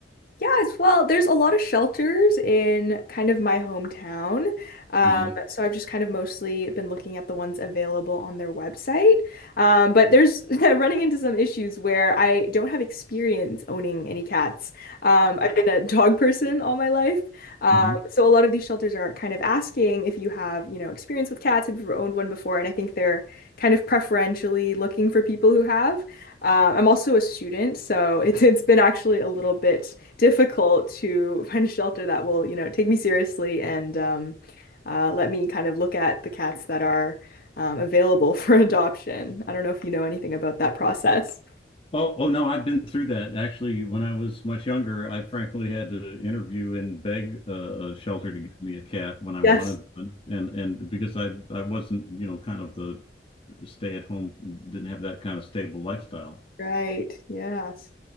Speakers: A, on the left (about 55°); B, on the left (about 30°).
A: Yes, well, there's a lot of shelters in kind of my hometown. Um,
B: hmm
A: so I've just kind of mostly been looking at the ones available on their website. Um, but there's <laughs> running into some issues where I don't have experience owning any cats. Um, I've been a dog person all my life. Um,
B: hmm
A: so a lot of these shelters are kind of asking if you have, you know, experience with cats, have you ever owned one before? And I think they're kind of preferentially looking for people who have. Uh, I'm also a student, so it's it's been actually a little bit difficult to find a shelter that will, you know, take me seriously and um, uh, let me kind of look at the cats that are um, available <laughs> for adoption. I don't know if you know anything about that process.
B: Oh, oh no, I've been through that actually. When I was much younger, I frankly had to interview and beg uh, a shelter to give me a cat when I wanted
A: Yes.
B: one, and and because I I wasn't you know kind of the stay at home didn't have that kind of stable lifestyle.
A: Right. Yes.